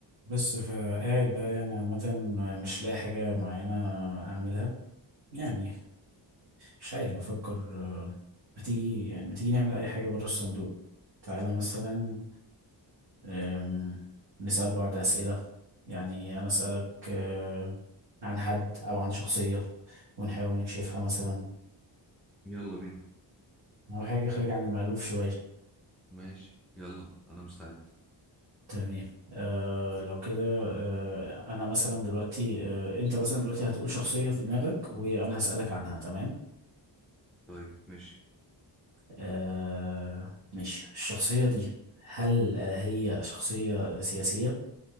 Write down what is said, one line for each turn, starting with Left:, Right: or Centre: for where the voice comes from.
Right: بس فقاعد بقى يعني عامة مش لاقي حاجة معينة أعملها يعني مش عارف بفكر آه، ما تيجي يعني ما تيجي نعمل أي حاجة برا الصندوق تعالى مثلا آم، نسأل بعض أسئلة يعني أنا أسألك آه، عن حد أو عن شخصية ونحاول نكشفها مثلا
Centre: يلا بينا
Right: أو حاجة خارجة عن المألوف شوية
Centre: ماشي يلا انا مستعد
Right: تمام آه لو كده آه أنا مثلا دلوقتي آه أنت مثلا دلوقتي هتقول شخصية في دماغك وأنا هسألك عنها تمام
Centre: طيب ماشي
Right: آه ماشي الشخصية دي هل آه هي شخصية سياسية؟